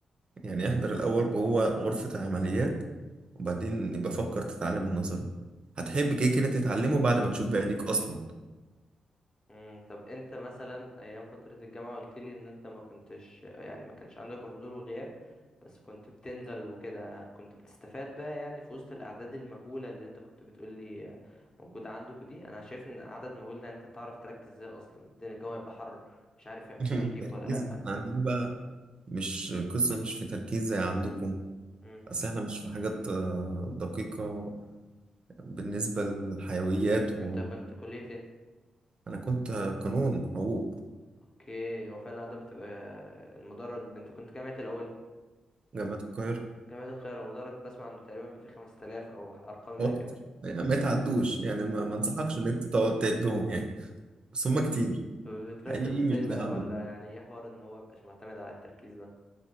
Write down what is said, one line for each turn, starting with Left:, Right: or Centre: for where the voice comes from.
Right: يعني احضر الاول جوه غرفة العمليات وبعدين يبقى فكر تتعلم النظري هتحب كده كده تتعلمه بعد ما تشوف بعينيك أصلا
Left: مم. طب انت مثلا ايام فترة الجامعة قلت لي ان انت ما كنتش يعني ما كانش عندك حضور وغياب بس كنت بتنزل وكده كنت بتستفاد بقى يعني في وسط الاعداد المهولة اللي انت كنت بتقول لي موجودة عندك دي انا شايف ان عدد مهول ده انت تعرف تركز ازاي اصلا الدنيا الجو هيبقى حر مش عارف هيبقى
Right: <laughs>
Left: فيه تكييف
Right: تركيز
Left: ولا لأ
Right: ما احنا عندنا بقى مش قصة مش في تركيز زي عندكم
Left: مم.
Right: بس احنا مش في حاجات آه، دقيقة بالنسبة للحيويات و...
Left: انت كنت كلية ايه
Right: أنا كنت قانون حقوق
Left: اوكي وفعلا ده بتبقى المدرج انت كنت جامعة الاول
Right: جامعة القاهرة
Left: جامعة القاهرة المدرج بسمع انه تقريبا بيبقى فيه 5000 او ارقام زي
Right: أكتر
Left: كده
Right: يعني ما يتعدوش يعني ما ما انصحكش إن أنت تقعد تعدهم يعني بس هما كتير
Left: بتركز
Right: حقيقي
Left: ازاي
Right: مش
Left: بقى
Right: زي عندكم
Left: ولا يعني ايه حوار ان هو مبقاش معتمد على التركيز ده